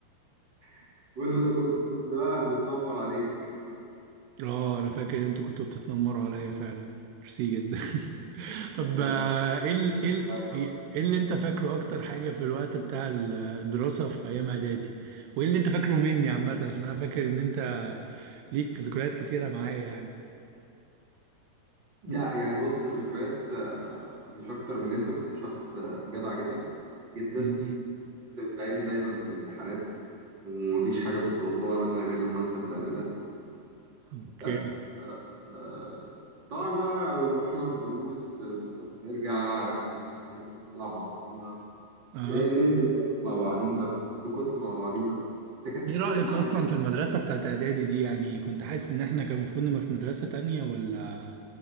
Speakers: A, on the right; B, on the right.
A: <laughs> كنا كنا كنا بقى بنتنمر عليك
B: اه انا فاكر ان انتوا كنتوا بتتنمروا عليا فعلا ميرسي جدا طب
A: لا
B: آه،
A: بس والله
B: ايه ال-
A: والله
B: ايه ال-
A: كنت
B: ايه اللي انت فاكره اكتر حاجة في الوقت بتاع ال- الدراسة في ايام اعدادي وايه اللي انت فاكره مني عامة عشان انا فاكر ان انت ليك ذكريات كتيرة معايا يعني
A: لا يعني بص الذكريات آه، مش أكتر من إن أنت كنت شخص آه، جدع جدا جدا
B: مم.
A: كنت بتساعدني دايما في الامتحانات ومفيش حاجة كنت بطلبها منك غير لما أنت بتعملها
B: اوكي
A: بس آه، طبعا بقى رحنا الدروس آه، بنروح ونرجع كنا احيانا بنروح نلعب مع بعضينا
B: اه
A: آه، ننزل ناكل مع بعضينا نكت مع بعضينا تكتت
B: ايه رأيك
A: معايا
B: اصلا
A: قبل كده
B: في المدرسة بتاعت اعدادي دي يعني كنت حاسس ان احنا كان المفروض نبقى في مدرسة تانية ولا